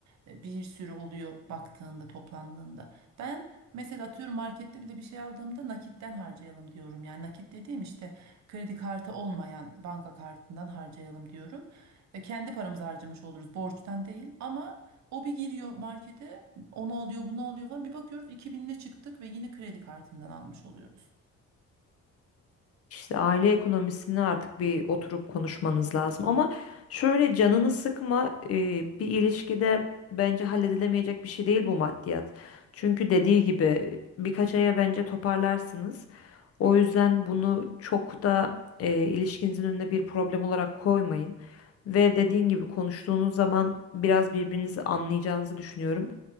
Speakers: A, on the right; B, on the left.
A: e, bir sürü oluyor baktığında toplandığında. Ben Mesela atıyorum markette bile bir şey aldığımda nakitten harcayalım diyorum. Yani nakit dediğim işte kredi kartı olmayan banka kartından harcayalım diyorum. E, kendi paramızı harcamış oluruz borçtan değil ama o bir giriyor markete onu alıyor bunu alıyor falan bir bakıyoruz iki bin ile çıktık ve yine kredi kartından almış oluyoruz.
B: İşte aile ekonomisini artık bir oturup konuşmanız lazım. Ama şöyle canını sıkma e, bir ilişkide bence halledilemeyecek bir şey değil bu maddiyat. Çünkü dediği gibi birkaç aya bence toparlarsınız. O yüzden bunu çok da e, ilişkinizin önüne bir problem olarak koymayın. Ve dediğin gibi konuştuğunuz zaman biraz birbirinizi anlayacağınızı düşünüyorum.